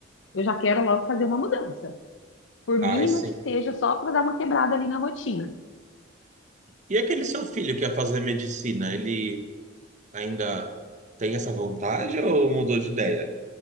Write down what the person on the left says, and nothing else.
eu já quero logo fazer uma mudança, por
mínima
que seja, só para dar uma quebrada ali na rotina.